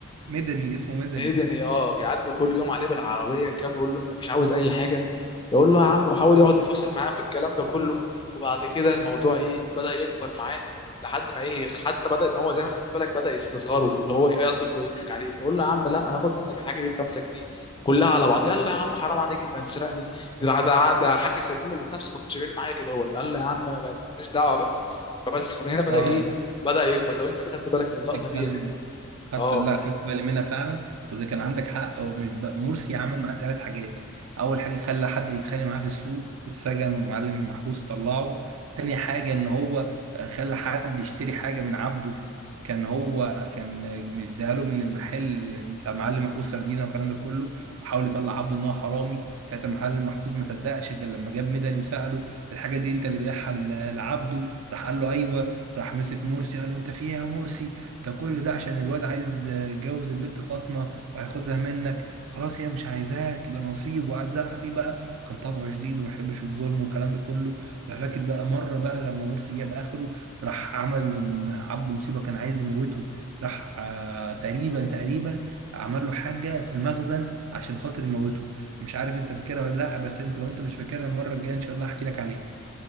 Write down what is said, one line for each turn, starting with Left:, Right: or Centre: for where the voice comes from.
Right: مدني اسمه مدني
Left: مدني اه يعدوا كل يوم عليه بالعربيه كام يقول له انت مش عاوز اي حاجه يقول له يا عم وحاول يقعد يفاصل معاه في الكلام ده كله وبعد كده الموضوع ايه بدا يكبر معاه لحد ما ايه حتى بدا ان هو زي ما خدت بالك بدا يستصغره اللي هو إيه، قصدك إيه، يضحك عليه يقول له يا عم لا انا اخد منك الحاجه دي ب 5 جنيه كلها على بعض قال له يا عم حرام عليك انت هتسرقني ده ده ده حاج سيدنا ذات نفسه ما كانش بيعمل معايا كده هو قال له يا عم ماليش دعوه بقى فبس فمن هنا بدا
Right: اه
Left: ايه بدا يكبر لو انت خدت بالك من اللقطه
Right: تتكلم
Left: ديت انت
Right: خدت
Left: اه
Right: لا خدت بالي منها فعلا وزي كان عندك حق هو مش ب... مرسي عمل معاه ثلاث حاجات اول حاجه خلى حد يتخانق معاه في السوق واتسجن ومعلم محفوظ طلعه تاني حاجه ان هو آه، خلى حد يشتري حاجه من عبده كان هو كان آه، مديها له من المحل اللي- بتاع معلم محفوظ سردينه والكلام ده كله وحاول يطلع عبده ان هو حرامي ساعتها معلم محفوظ ما صدقش غير لما جاب مدني وساله الحاجه دي انت اللي بيعها ل- لعبده راح قال له ايوه راح مسك مرسي قال له انت في ايه يا مرسي ده كل ده عشان الواد عايز يتجوز البت فاطمة وهياخدها منك خلاص هي مش عايزاك ده نصيب وقعد زعق فيه بقى كان طبعه شديد وما يحبش الظلم والكلام ده كله راح فاكر بقى مرة بقى لما مرسي جاب آخره راح عمل عبده مصيبة كان عايز يموته راح آه، تقريبا تقريبا عمل له حاجة في المخزن عشان خاطر يموته مش عارف انت فاكرها ولا لا بس انت لو انت مش فاكرها المرة الجاية ان شاء الله هحكي لك عليها